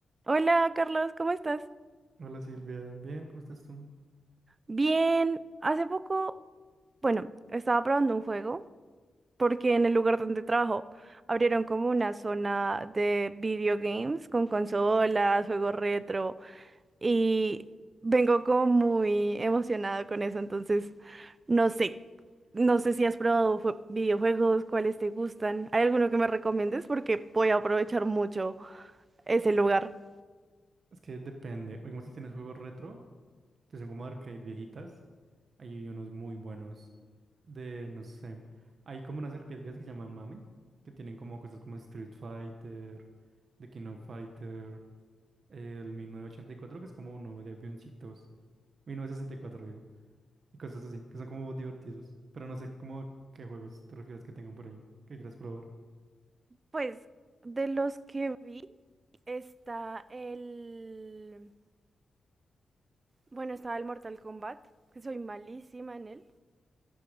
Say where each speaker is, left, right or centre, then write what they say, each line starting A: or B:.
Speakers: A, on the right; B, on the right.
A: Hola Carlos, ¿cómo estás?
B: Hola Silvia, bien, ¿cómo estás tú?
A: Bien, hace poco, bueno, estaba probando un juego porque en el lugar donde trabajo abrieron como una zona de video games con consolas, juegos retro y vengo como muy emocionada con eso, entonces no sé, no sé si has probado jue- videojuegos, cuáles te gustan, ¿hay alguno que me recomiendes? Porque voy a aprovechar mucho ese lugar.
B: Es que depende, como si tienes juegos retro, que son como arcade viejitas, hay unos muy buenos de, no sé, hay como unas arcade viejas que se llaman Mame, que tienen como cosas como Street Fighter, The King of Fighter, el 1984, que es como uno de avioncitos, 1964 digo, y cosas así, que son como divertidos, pero no sé cómo a qué juegos te refieres que tengan por ahí, que quieras probar.
A: Pues de los que vi está el... Bueno, estaba el Mortal Kombat, que soy malísima en él.